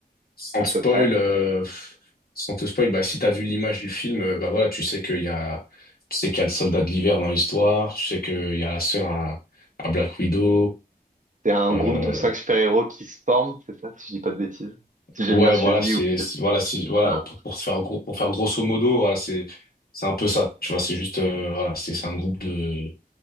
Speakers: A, on the left; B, on the right.
A: sans
B: à
A: te
B: peu
A: spoil,
B: près?
A: euh, pff, sans te spoil, bah si t'as vu l'image du film, euh, bah voilà, tu sais qu'il y a, tu sais qu'il y a le soldat de l'hiver dans l'histoire, tu sais qu'il y a la sœur à, à Black Widow.
B: C'est un
A: euh,
B: groupe de cinq super-héros qui se forment, c'est ça, si je dis pas de bêtises? Si j'ai
A: Ouais,
B: bien suivi,
A: voilà, c'est,
B: ou peut-être
A: c'est- voilà, c'est, voilà,
B: pas.
A: pour, pour faire gros, pour faire grosso modo, voilà, c'est, c'est un peu ça, tu vois, c'est juste, euh, voilà, c'est, c'est un groupe de,